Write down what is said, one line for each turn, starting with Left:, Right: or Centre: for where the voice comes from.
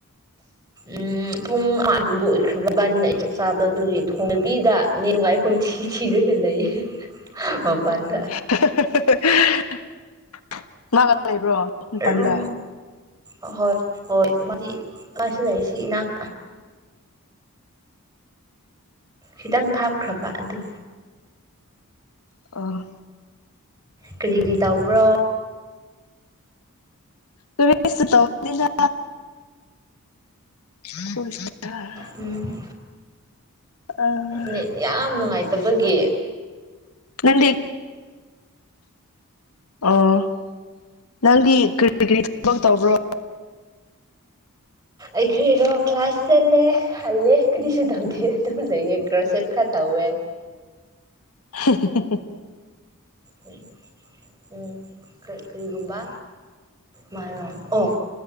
Right: ꯎꯝ ꯄꯨꯡ ꯑꯃꯥꯒꯨꯝꯕ ꯑꯣꯏꯈ꯭ꯔꯕꯕꯥꯅꯤꯅ ꯑꯩ ꯆꯥꯛ ꯆꯥꯕꯗꯣ ꯑꯗꯨꯒꯤ ꯊꯣꯡꯗꯕꯤꯗ ꯅꯦ ꯉꯥꯏ ꯄꯨꯡꯊꯤ ꯊꯤꯔꯒ ꯂꯩꯌꯦ ꯃꯄꯥꯟꯗ
Left: <unintelligible> ꯃꯥꯒ ꯂꯩꯕ꯭ꯔꯣ ꯃꯄꯥꯟꯗ
Right: ꯔꯣ ꯑ ꯍꯣꯏ ꯍꯣꯏ ꯃꯥꯗꯤ ꯃꯥꯁꯨ ꯂꯩ ꯁꯤ ꯏꯅꯥꯛ ꯈꯤꯇꯪ ꯊꯥꯞꯈ꯭ꯔꯕ ꯑꯗꯨ
Left: ꯑꯣ
Right: ꯀꯔꯤꯒꯤ ꯇꯧꯕ꯭ꯔꯣ
Left: ꯀꯔꯤꯁꯨ ꯇꯧꯗꯦꯗ <unintelligible>
Right: ꯎꯝ
Left: ꯑ
Right: ꯅꯦꯠ ꯌꯥꯝ ꯅꯨꯡꯉꯥꯏꯇꯕꯒꯤ
Left: ꯅꯪꯗꯤ ꯑꯣ ꯅꯪꯗꯤ ꯀꯔꯤ ꯀꯔꯤ ꯊꯕꯛ ꯇꯧꯕ꯭ꯔꯣ
Right: ꯑꯩꯈꯣꯏꯔꯣ ꯀ꯭ꯂꯥꯁ ꯆꯠꯂꯦ ꯍꯜꯂꯦ ꯀꯔꯤꯁꯨ ꯇꯧꯗꯦ ꯑꯗꯨꯝ ꯂꯩꯌꯦ ꯀ꯭ꯔꯣꯁꯦꯠ ꯈꯔ ꯇꯧꯋꯦ
Left: <unintelligible>
Right: ꯎꯝ ꯎꯝ ꯀꯔꯤ ꯀꯔꯤꯒꯨꯝꯕ ꯃꯥꯔꯣ ꯑꯣ